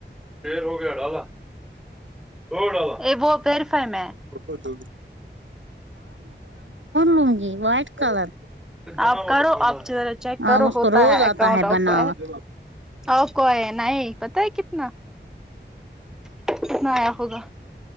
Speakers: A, in the centre; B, on the right (about 85°).
A: پے ہو گیا ڈالا دو ڈالا اے وہ پیری فائیو میں ہے
B: اٹھو جلدی لوں گی وائٹ کلر
A: آپ کرو آپ چیک کرو
B: ہاں اس
A: ہوتا
B: کو روز
A: ہے اکاؤنٹ
B: آتا
A: آپ
B: بناوٹ
A: کا آپ کو ائے نئی پتا ہے کتنا کتنا آیا ہوگا